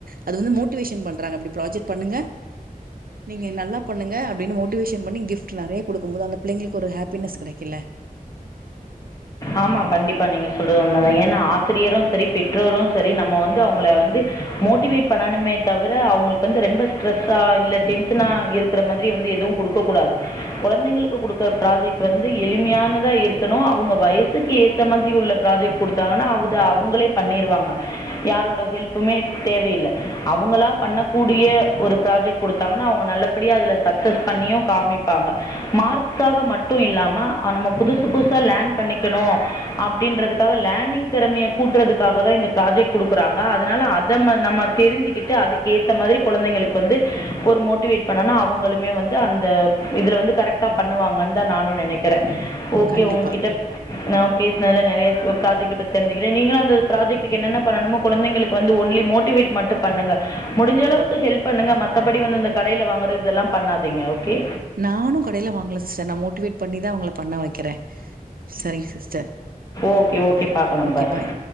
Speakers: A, on the right (about 75°); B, on the left (about 25°).
A: அது வந்து மோட்டிவேஷன் பண்றாங்க இப்டி ப்ராஜெக்ட் பண்ணுங்க நீங்க நல்லா பண்ணுங்க அப்டின்னு மோட்டிவேஷன் பண்ணி கிஃப்ட் நெறைய குடுக்கும்போது அந்த பிள்ளைங்களுக்கு ஒரு ஹப்பினஸ் கிடைக்கில்ல
B: ஆமா கண்டிப்பா நீங்க சொல்றது உண்மதா ஏனா ஆசிரியரு சரி பெற்றோரு சரி நம்ம வந்து அவங்கள வந்து மோட்டிவேட் பண்ணணுமே தவுர அவுங்களுக்கு வந்து ரெம்ப ஸ்ட்ரஸா இல்ல டென்ஷனா இருக்குற மாதி ரீ வந்து எதுவு குடுக்கக் கூடாது கொழந்தைகளுக்கு குடுக்குற ப்ராஜெக்ட் வந்து எளிமையானதா இருக்கணு அவுங்க வயஸ் கிட்ஸ்க்கு ஏத்த மாதிரி உள்ள ப்ராஜெக்ட் குடுத்தாங்கன்னா அது அவுங்களே பண்ணிருவாங்க யாரோட ஹெல்புமே தேவயில்ல அவுங்களா பண்ணக்கூடிய ஒரு ப்ராஜெக்ட் குடுத்தாங்கனா அவுங்க நல்லபடியா அதுல சக்சஸ் பண்ணியு காமிப்பாங்க மார்க்காக மட்டு இல்லாம ஆ நம்ம புதுசு புதுசா லேன் பண்ணி க்ணு அப்டின்றதுக்காக லனிங் தெறமைய கூட்றதுக்காக தா இந்த ப்ராஜெக்ட் குடுக்குறாங்க அதுனால அத ம நம்ம தெரிஞ்சுக்கிட்டு அதுக்கு ஏத்த மாதிரி கொழந்தைங்களுக்கு வந்து ஒரு மோட்டிவேட் பண்ணணா அவுங்களுமே வந் வந்து அந்த இதுல வந்து கரெக்டா பண்ணுவாங்கன் தா நானு நெனைக்கிறே ஓகே
A: கண்டிப்பா
B: உங்ககிட்ட நா பேசுனதுல நெறையா ப்ராஜெக்ட பத்தி தெரிஞ்சுக்குறே நீங்களு அந்த ப்ராஜெக்டுக்கு என்னென்ன பண்ணனுமோ கொழந்தைளுக்கு வந்து ஒன்லி மோட்டிவேட் மட்டு பண்ணுங்க முடிஞ்ச அளவுக்கு ஹெல்ப் பண்ணுங்க மத்தபடி வந்து இந்த கடையில வாங்குறது இதெல்லா பண்ணாதிங்க ஓகே
A: நானு கடைல வாங்கல சிஸ்டர் நா மோட்டிவேட் பண்ணி தா அவங்கள பண்ண வைக்கிறே சரிங்க sis sir
B: okay okay
A: bye
B: பார்க்கலாம்
A: ஓகே
B: பாய்
A: ஃபாய்